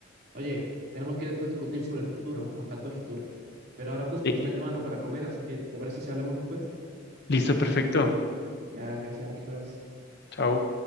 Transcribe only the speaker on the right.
Oye, tenemos que después discutir sobre el futuro, nos faltó el futuro. Pero ahora justo
me están llamando para comer, así que ¿te parece si hablamos después?
Ya, gracias, Nicolás.